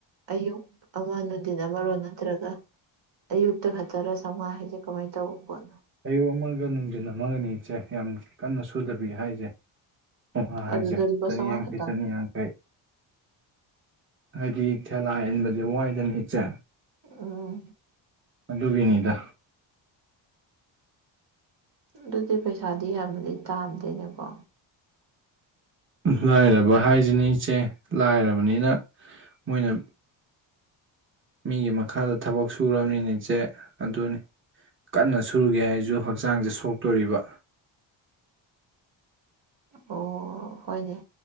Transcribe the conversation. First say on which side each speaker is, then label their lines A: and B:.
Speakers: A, on the right; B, on the right.
A: ꯑꯌꯨꯛ ꯑꯃ ꯅꯨꯗꯤꯟ ꯑꯃꯔꯣ ꯅꯠꯇ꯭ꯔꯒ ꯑꯌꯨꯛꯇ ꯈꯛꯇꯔ ꯆꯝꯉꯥ ꯍꯥꯏꯁꯦ ꯀꯃꯥꯏ ꯇꯧꯕ ꯄꯣꯠꯅꯣ
B: ꯑꯌꯨꯛ ꯑꯃꯒ ꯅꯨꯡꯗꯤꯟ ꯑꯃꯒꯅꯤ ꯏꯆꯦ ꯌꯥꯝ ꯀꯟꯅ ꯁꯨꯗꯕꯤ ꯍꯥꯏꯁꯦ ꯄꯝꯉꯥ ꯍꯥꯏꯁꯦ
A: ꯑꯗꯨꯗ ꯂꯨꯄꯥ
B: ꯆꯅꯤꯌꯥꯡꯈꯩ
A: ꯆꯥꯝꯃꯉꯥ ꯈꯛꯇꯪ
B: ꯆꯅꯤꯌꯥꯡꯈꯩ ꯍꯥꯏꯗꯤ ꯊꯦꯂꯥ ꯏꯟꯕꯁꯦ ꯋꯥꯏꯗꯅ ꯏꯆꯦ
A: ꯑꯥ
B: ꯑꯗꯨꯒꯤꯅꯤꯗ
A: ꯑꯗꯨꯗꯤ ꯄꯩꯁꯥꯗꯤ ꯌꯥꯝꯅꯗꯤ ꯇꯥꯟꯗꯦꯅꯦ ꯀꯣ
B: ꯂꯥꯏꯔꯕ ꯍꯥꯏꯁꯤꯅꯤ ꯏꯆꯦ ꯂꯥꯏꯔꯕꯅꯤꯅ ꯃꯣꯏꯅ ꯃꯤꯒꯤ ꯃꯈꯥꯗ ꯊꯕꯛ ꯁꯨꯔꯕꯅꯤꯅ ꯏꯆꯦ ꯑꯗꯨꯅꯤ ꯀꯟꯅ ꯁꯨꯒꯦ ꯍꯥꯏꯔꯁꯨ ꯍꯛꯆꯥꯡꯁꯦ ꯁꯣꯛꯇꯣꯔꯤꯕ
A: ꯑꯣ ꯍꯣꯏꯅꯦ